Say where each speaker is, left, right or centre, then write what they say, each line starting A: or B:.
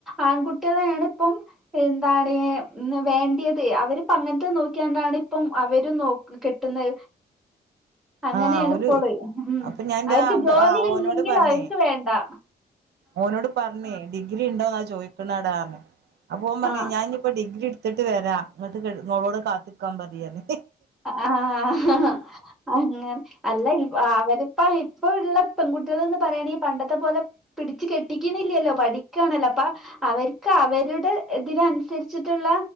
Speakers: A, in the centre; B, on the right.
A: ആൺകുട്ട്യേളെയാണ്പ്പം എന്താണ് ഇന്ന് വേണ്ടിയത് അവര്പ്പ അങ്ങൻത്തെ നോക്കിയാണ്ടാണ് ഇപ്പം അവരും നോ കെട്ടുന്നെ അങ്ങനേണ്പ്പള്
B: ആ ഓല്
A: ഉം
B: അപ്പൊ ഞാൻ എന്റെ
A: അവര്ക്ക് ജോലി
B: ആ
A: ഇല്ലെങ്കിൽ
B: ഓനോട് പറഞ്ഞേ
A: അവര്ക്ക് വേണ്ടാ
B: ഓനോട് പറഞ്ഞ് ഡിഗ്രി ഇണ്ടോന്നാ ചോയിക്ക്‌ണടാർഞ്ഞ് അപ്പ ഓൻ പറഞ്ഞ്
A: ആഹ്
B: ഞാൻ ഇനി ഇപ്പൊ ഡിഗ്രി എട്ത്ത്ട്ട് വെരാ ഇങ്ങട്ട് കെട്ട്ന്നോളോടത് കാത്ത്ക്കാൻ പറയീയർഞ്ഞ്
A: ആഹ് അങ്ങെനെ അല്ല ഈ അവര് ഇപ്പ ഇള്ള പെൺകുട്ട്യേള്ന്ന് പറയാണെ പണ്ടത്തെ പോലെ പിടിച്ച് കെട്ടിക്ക‌ണില്ലല്ലോ പഠിക്കാണല്ലോ അപ്പാ അവര്ക്ക് അവരുടെ ഇതിനന്സരിച്ചിട്ട്ള്ള